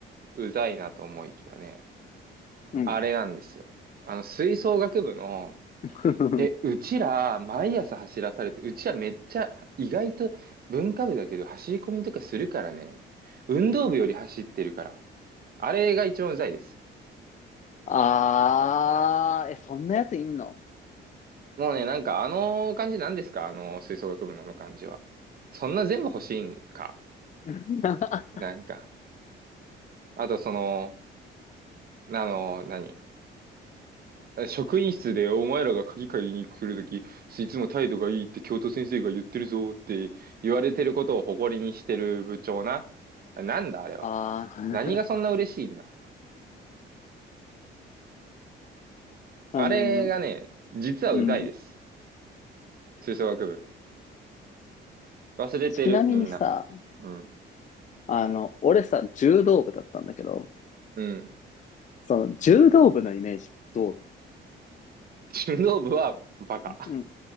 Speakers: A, on the right; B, on the left.
A: うざいなと思いきやね、
B: うん。
A: あれなんですよ。あの、吹奏楽部の、
B: <laughs>
A: え、うちら、毎朝走らされて、うちらめっちゃ、意外と文化部だけど、走り込みとかするからね、運動部より走ってるから、あれが一番うざいです。
B: あー、え、そんなやついんの
A: もうね、なんかあの感じなんですかあの吹奏楽部のあの感じは。そんな全部欲しいんか
B: <laughs>
A: なんか。あとその、あの、何職員室でお前らが鍵借りに来るとき、いつも態度がいいって教頭先生が言ってるぞって言われてることを誇りにしてる部長な。なんだあれは。
B: あー、
A: 何がそんな嬉しいんだ。
B: <laughs> あの、
A: あれがね、実はうざいです。
B: うん。
A: 吹奏楽部。忘れてる、
B: ちなみにさ、
A: みんな。うん。
B: あの、俺さ、柔道部だったんだけど、
A: うん。
B: その柔道部のイメージどうだ
A: <laughs> 柔道部はバカ。
B: うん、